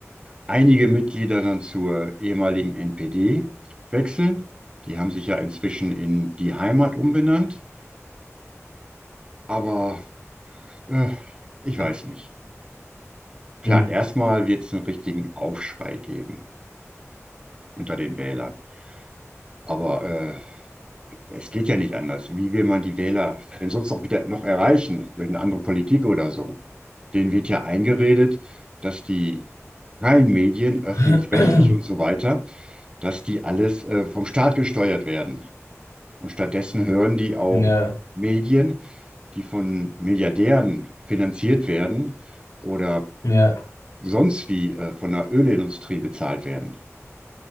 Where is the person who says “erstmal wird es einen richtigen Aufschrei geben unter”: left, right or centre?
Right